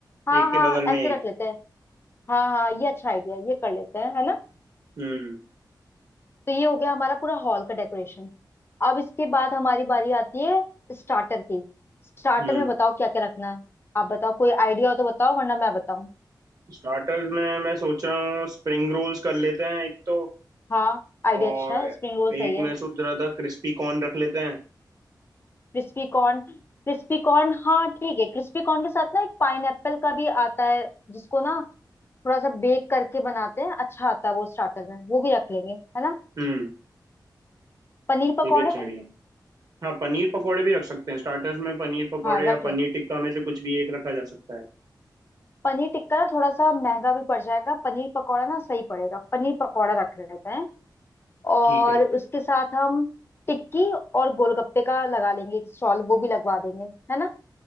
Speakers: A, on the left; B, on the right.
A: हाँ
B: एक के
A: हाँ
B: बगल में
A: ऐसे
B: एक
A: रख लेते हैं हाँ हाँ ये अच्छा आइडिया है, ये कर लेते हैं है ना
B: हम्म
A: तो ये हो गया हमारा पूरा हॉल का डेकोरेशन अब इसके बाद हमारी बारी आती है स्टार्टर की स्टार्टर
B: हम्म
A: में बताओ क्या क्या रखना है आप बताओ कोई आइडिया हो तो बताओ वरना मैं बताऊं
B: स्टार्टर्स में मैं सोच रहा हूँ स्प्रिंग रोल्स कर लेते हैं एक तो
A: हाँ आइडिया
B: और
A: अच्छा है स्प्रिंग रोल सही
B: एक
A: है
B: मैं सोच रहा था क्रिस्पी कॉर्न रख लेते हैं
A: क्रिस्पी कॉर्न क्रिस्पी कॉर्न हाँ ठीक है क्रिस्पी कॉर्न के साथ ना एक पाइन का भी आता है जिसको ना थोड़ा सा बेक करके बनाते हैं अच्छा आता है वो स्टार्टर में वो भी रख लेंगे है ना
B: हम्म
A: पनीर पकौड़े
B: ये भी अच्छा आइडिया हाँ पनीर पकोड़े भी रख सकते हैं स्टार्टर्स में पनीर पकोड़े
A: हाँ
B: या
A: रख लेंगे
B: पनीर टिक्का में से कुछ भी एक रखा जा सकता है
A: पनीर टिक्का ना थोड़ा सा महंगा भी पड़ जाएगा पनीर पकौड़ा ना सही पड़ेगा पनीर पकौड़ा रख लेते हैं और
B: ठीक है
A: उसके साथ हम टिक्की और गोलगप्पे का लगा लेंगे एक स्टॉल वो भी लगवा देंगे है ना